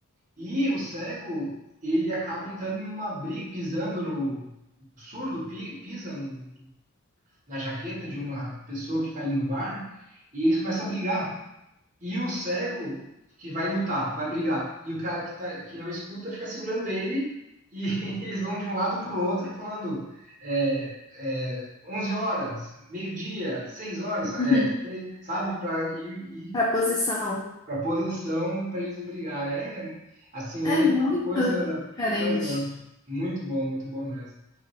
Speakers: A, on the right; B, on the left.
A: E o cego, ele acaba entrando numa briga, pisando no o surdo, pi- pisa no na jaqueta de uma pessoa que está ali no bar e eles começam a brigar. E o cego que vai lutar, vai brigar, e o cara que, tá, que não escuta fica segurando ele e <laughs> eles vão de um lado para o outro falando é, é, 11 horas, meio-dia, 6 horas,
B: <laughs>
A: é, sabe, para ir,
B: para a posição.
A: para posição para eles brigarem. É, assim,
B: É
A: é uma
B: muito
A: coisa
B: diferente.
A: trazendo. Muito bom, muito bom mesmo.